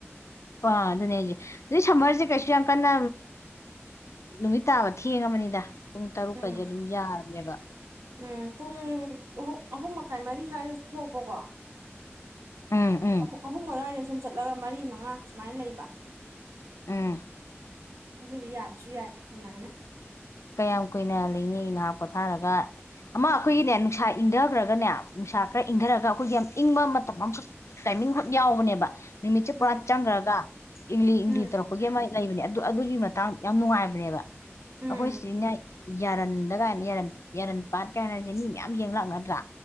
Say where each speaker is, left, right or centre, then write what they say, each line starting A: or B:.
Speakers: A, on the left (about 90°); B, on the right (about 85°).
A: ꯑꯥ ꯑꯗꯨꯅꯦ ꯍꯧꯖꯤ ꯑꯗꯨꯏ ꯁꯝꯃꯔꯁꯦ ꯀꯩꯁꯨ ꯌꯥꯝ ꯀꯟꯅ ꯅꯨꯃꯤꯠ ꯇꯥꯕ ꯊꯦꯡꯉꯕꯅꯤꯗ ꯄꯨꯡ ꯇꯔꯨꯛꯀꯁꯦ
B: ꯎꯝ
A: ꯑꯗꯨꯝ ꯌꯥ ꯅꯦꯕ
B: ꯎꯝ ꯄꯨꯡ ꯑꯍꯨꯝ ꯃꯈꯥꯏ ꯃꯔꯤ ꯁ꯭ꯋꯥꯏꯗ ꯊꯣꯛꯄꯀꯣ
A: ꯎꯝ ꯎꯝ
B: ꯑꯍ ꯑꯍꯨꯝ ꯑꯥꯗꯨꯋꯥꯏ ꯁꯨꯝ ꯆꯠꯂꯒ ꯃꯔꯤ ꯃꯉꯥ ꯁꯨꯃꯥꯏꯅ ꯂꯩꯕ
A: ꯎꯝ
B: ꯑꯗꯨꯏꯗꯤ ꯌꯥꯕꯁꯨ ꯌꯥꯏ ꯑꯗꯨꯃꯥꯏꯅ
A: ꯀꯌꯥꯝ ꯀꯨꯏꯅ ꯂꯩꯅꯦ ꯉꯍꯥꯛ ꯄꯣꯊꯥꯔꯒ ꯑꯃ ꯑꯩꯈꯣꯏꯒꯤꯅꯦ ꯅꯨꯡꯁꯥ ꯏꯪꯊꯈ꯭ꯔꯒꯅꯦ ꯅꯨꯡꯁꯥ ꯈꯔ ꯏꯪꯊꯔꯒ ꯑꯩꯈꯣꯏꯒꯤ ꯌꯥꯝ ꯏꯪꯕ ꯃꯇꯝ ꯑꯃꯈꯛ ꯇꯥꯏꯃꯤꯡꯈꯛ ꯌꯥꯎꯕꯅꯦꯕ ꯅꯨꯃꯤꯠꯁꯦ
B: ꯎꯝ
A: ꯄꯨꯔꯥ ꯆꯪꯈ꯭ꯔꯒ ꯏꯪꯂꯤ ꯏꯪꯂꯤ
B: ꯎꯝ
A: ꯇꯧꯔꯛꯄꯒꯤ ꯑꯃ ꯂꯩꯕꯅꯦ ꯑꯗꯨ ꯑꯗꯨꯒꯤ ꯃꯇꯥꯡ ꯌꯥꯝ ꯅꯨꯡꯉꯥꯏꯕꯅꯦꯕ
B: ꯎꯝ
A: ꯑꯩꯈꯣꯏ ꯁꯤꯏ ꯌꯥꯔꯟꯗ ꯀꯥꯏꯅ ꯌꯥꯔꯟ ꯌꯥꯔꯟ ꯄꯥꯠ ꯀꯥꯏꯅꯁꯦ ꯃꯤ ꯃꯌꯥꯝ ꯌꯦꯡ ꯂꯥꯛꯅꯗꯔꯥ